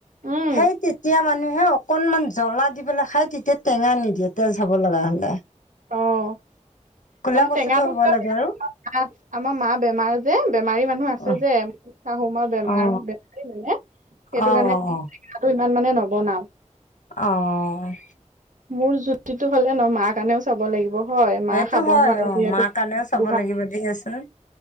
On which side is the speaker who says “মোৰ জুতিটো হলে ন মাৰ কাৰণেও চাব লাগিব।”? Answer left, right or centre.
Right